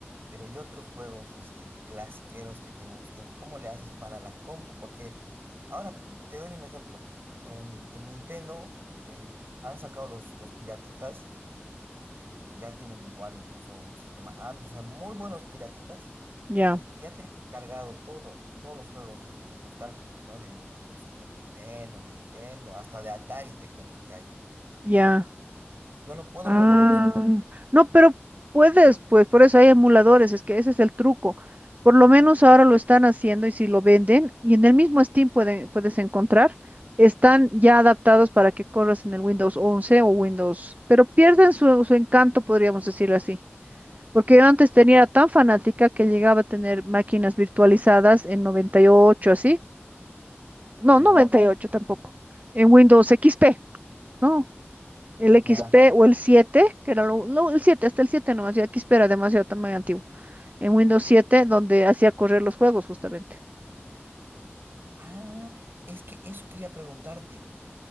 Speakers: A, on the right (about 55°); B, on the right (about 35°).
A: Pero ¿y otros juegos así clasiqueros que te gusten? ¿Cómo le haces para la compu? Porque ahora te doy un ejemplo. En, en Nintendo eh, han sacado los, los piratitas eh, que ya tienen igual incluso un sistema Android. O sea, muy buenos piratitas
B: Ya,
A: y que ya tenía cargado todo, todos los juegos así nostálgicos, ¿no? De, Nin- de Super Nintendo, Nintendo, hasta de Atari te cuento que hay.
B: ya.
A: Yo no puedo
B: Ah,
A: ponerle eso a mí.
B: no, pero puedes, pues por eso hay emuladores, es que ese es el truco. Por lo menos ahora lo están haciendo y si lo venden, y en el mismo Steam pueden- puedes encontrar, están ya adaptados para que corras en el Windows 11 o Windows, pero pierden su, su encanto, podríamos decirlo así. Porque yo antes tenía tan fanática que llegaba a tener máquinas virtualizadas en 98 así. No,
A: Ya,
B: 98 tampoco, en Windows XP, ¿no? El XP
A: ya.
B: o el siete, que era lo, no, el siete hasta el siete nomás, ya XP era demasiado tamaño antiguo. En Windows siete donde hacía correr los juegos, justamente.
A: Ah, es que eso quería preguntarte.